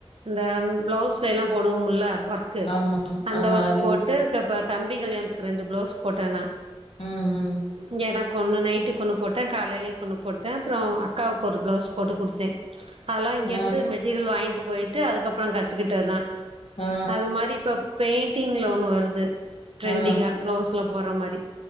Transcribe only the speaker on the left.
ஆமா,
ஆமா.
அறிவு
இருக்கு.
ம், ம்.
ஆ,
ஆ,
ஆ.